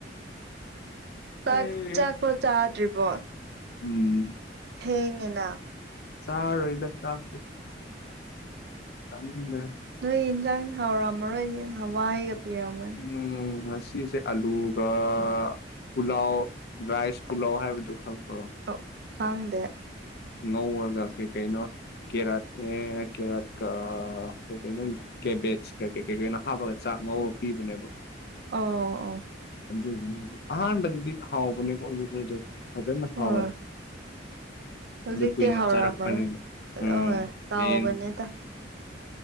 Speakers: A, on the right; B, on the left.
A: ꯆꯥꯛ
B: ꯑꯩ
A: ꯆꯥꯛꯐꯧ ꯆꯥꯗ꯭ꯔꯤꯕꯣ
B: ꯎꯝ
A: ꯊꯦꯡꯉꯤꯅ
B: ꯆꯥꯔꯔ‌ꯣꯏꯗ ꯆꯥꯛ ꯆꯥꯅꯤꯡꯗꯔ‌ꯦꯗ
A: ꯅꯣꯏ ꯌꯦꯟꯖꯥꯡ ꯍꯥꯎꯔꯝꯃꯔꯣꯏꯍꯦ ꯍꯋꯥꯏꯒ ꯄꯤꯔꯝꯒꯅꯤ
B: ꯎꯝ ꯉꯁꯤ ꯗ‌ꯦꯠ ꯑꯂꯨꯒ ꯄꯨꯂꯥꯎ ꯔꯥꯏꯁ ꯄꯨꯂꯥꯎ ꯍꯥꯏꯕꯗꯨ ꯈꯪꯕꯔ‌ꯣ
A: ꯑꯣ ꯈꯪꯗꯦ
B: ꯉꯧꯔꯒ ꯀꯩ ꯀꯩꯅꯣ ꯀꯦꯔꯠꯅꯦ ꯀꯦꯔꯠ ꯀ ꯀꯩ ꯀꯩꯅꯣ ꯀꯦꯕꯦꯠꯁ ꯀ ꯀꯩ ꯀꯩꯅꯣ ꯍꯥꯞꯄꯒ ꯆꯥꯛ ꯉꯧꯕ ꯄꯤꯕꯅꯦꯕ
A: ꯑꯣ
B: ꯑꯗꯨꯒꯤ ꯑꯍꯥꯟꯕꯗꯗꯤ ꯍꯥꯎꯕꯅꯦꯀꯣ ꯑꯗꯨ ꯐꯖꯅ ꯍꯥꯎꯋꯦ
A: ꯍꯣꯏ ꯍꯧꯖꯤꯛꯇꯤ
B: ꯑꯗꯨ ꯀꯨꯏꯅ
A: ꯍꯥꯎꯔꯝꯃꯔꯣꯏ
B: ꯆꯥꯔꯛꯄꯅꯤꯅ ꯎꯝ
A: ꯑ ꯍꯣꯏ ꯇꯥꯎꯕꯅꯤꯅ
B: ꯄꯦꯟ